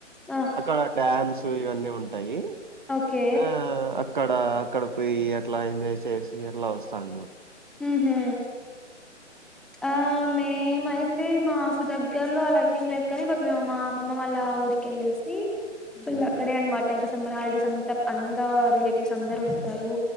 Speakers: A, in the centre; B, on the right.
A: ఆ!
B: అక్కడ డ్యామ్స్ ఇవన్నీ ఉంటాయి
A: ఓకే.
B: ఆ అక్కడ అక్కడ పోయి ఎట్లా ఎంజాయ్ చేసి ఎట్లా వస్తాను
A: ఊ హు ఆ మే మైతే మా మాకు దగ్గరలో అలా అయితే ఏం లేదు కానీ బట్ మేమ మా అమ్మ వాళ్ళ ఊరికెళ్ళేసి ఫుల్
B: హ్మ్.
A: అక్కడే అనమాట ఇంకా సమ్మర్ హాలిడేస్ అంతా అందా రిలేటివ్స్ అందరు వస్తారు